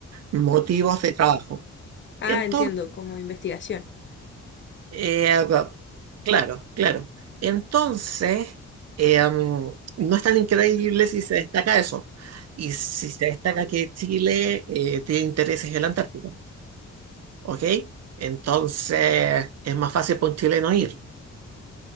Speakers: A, on the right; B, on the left.
A: motivos de trabajo.
B: Ah,
A: Entonces,
B: entiendo, como investigación.
A: Eh, ah, claro, claro. Entonces, eh, mm, no es tan increíble si se destaca eso. Y si se destaca que Chile eh, tiene intereses en la Antártica, ¿ok? Entonces, es más fácil para un chileno ir.